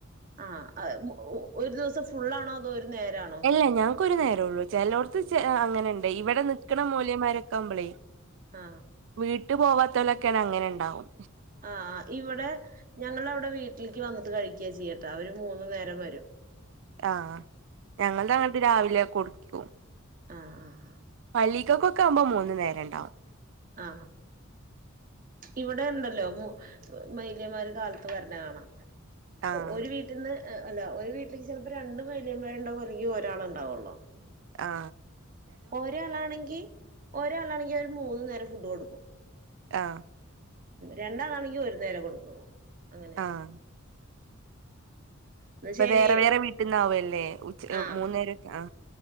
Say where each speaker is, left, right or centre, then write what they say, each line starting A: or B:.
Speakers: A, on the right; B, on the right.
A: ആ അത് ഒരു ദിവസം ഫുള്ളാണോ അതോ ഒരു നേരാണോ
B: അല്ല ഞക്ക് ഒരു നേരൊള്ളു ചെലോട്ത്ത് ചെ അങ്ങനണ്ട് ഇവടെ നിക്കണ മോല്യേമാരൊക്കാമ്പളെ
A: ആ
B: വീട്ട് പോവാത്തോലൊക്കങ്ങനെ ണ്ടാവും
A: ആ ഇവിടെ ഞങ്ങളവിടെ വീട്ട്ൽക്ക് വന്നിട്ട് കഴിക്ക ചെയ്യട്ടൊ അവര് മൂന്ന്നേരം വെരും
B: ആ ഞങ്ങൾതങ്ങട്ട് രാവിലെ കൊടുക്കും
A: ആ ആ ആ
B: പള്ളിക്കൊക്കാവുമ്പോ മൂന്ന് നേരം ണ്ടാവും
A: ആ ഇവിടെണ്ടല്ലോ മൊ മൊയ്ല്യേമാര് കാലത്ത് വര്ണ കാണാ
B: ആഹ്
A: ഒരു വീട്ടിന്ന് അല്ല ഒരു വീട്ടിന്ന് ചെൽപ്പോ രണ്ട് മോല്യാമ്മാര്ണ്ടാവും അല്ലെങ്കി ഒരാള്ണ്ടാവൊള്ളു
B: ആ
A: ഒരാളാണെങ്കി ഒരാളാണെങ്കി അവര് മൂന്ന് നേരം ഫുഡ് കൊടുക്കും
B: ആ
A: രണ്ടാളാണെങ്കി ഒരു നേരം കൊട് ക്കൊള്ളു അങ്ങനെ
B: ആഹ്
A: എന്നാ
B: അപ്പൊ
A: ശരി
B: വേറെ വേറെ വീട്ട്ന്നാവല്ലേ ഉച്ച
A: ആഹ്
B: മൂന്നേരൊക്കെ
A: ആഹ്
B: ആ